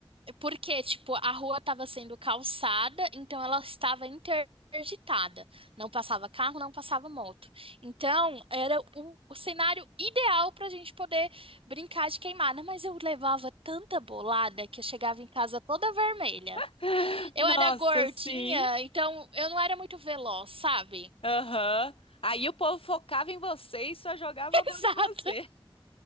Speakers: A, on the right; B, on the left.
A: Porque, tipo, a rua estava sendo calçada, então ela estava interditada. Não passava carro, não passava moto. Então, era o, o cenário ideal para a gente poder brincar de queimada. Mas eu levava tanta bolada que eu chegava em casa toda vermelha.
B: <laughs>
A: Eu
B: Nossa,
A: era gordinha,
B: sim.
A: então eu não era muito veloz, sabe?
B: Aham. Aí o povo focava em você e só jogava a bola
A: <laughs> Sabe?
B: em você.